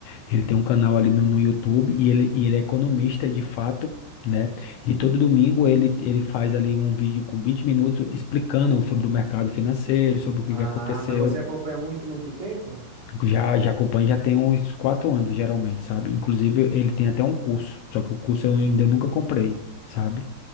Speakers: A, on the left; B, on the right.
A: ele tem um canal ali no, no YouTube e ele, e ele é economista de fato, né? E todo domingo ele, ele faz ali um vídeo com 20 minutos explicando sobre o mercado financeiro, sobre o que
B: Ah,
A: que aconteceu.
B: mas você acompanha há muito, muito tempo?
A: Já, já acompanho, já tem uns quatro anos, geralmente, sabe? Inclusive, ele tem até um curso, só que o curso eu ainda nunca comprei, sabe?